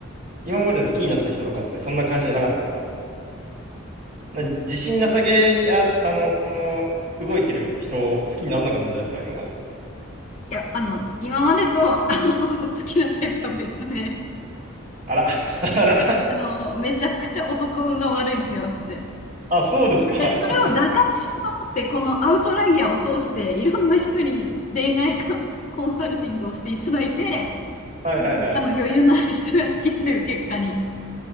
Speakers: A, on the right; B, on the left.
A: 今まで好きになった人とかってそんな感じじゃなかったですかな自信なさげにあ、あの、動いてる人を好きにならなかったじゃないですか、今まで。
B: いや、あの、今までと、あの、<laughs> 好きなタイプは別で。
A: あら、<laughs> あら、
B: あの、めちゃくちゃ男運が悪いんですよ、私。
A: あ、そうですか。<laughs>
B: で、それを打開しようと思って、このアウトライヤーを通して、いろんな人に恋愛観コンサルティングをしていただいて、
A: はいはいはい。
B: あの、余裕のある人が好きという結果に。